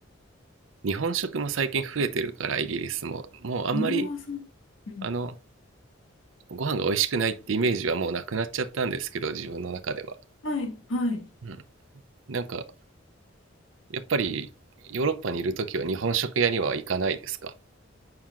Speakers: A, on the right (about 80°); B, on the left (about 85°).
A: 日本食も最近増えてるから、イギリスも。もうあんまり、
B: ああー、そう。うん。
A: あの、ご飯が美味しくないってイメージはもうなくなっちゃったんですけど、自分の中では。
B: はい、はい。
A: うん。なんか、やっぱり、ヨーロッパにいるときは日本食屋には行かないですか